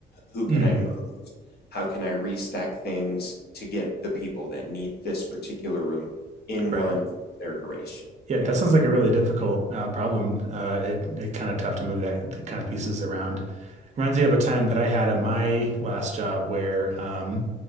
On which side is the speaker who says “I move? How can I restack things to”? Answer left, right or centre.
Left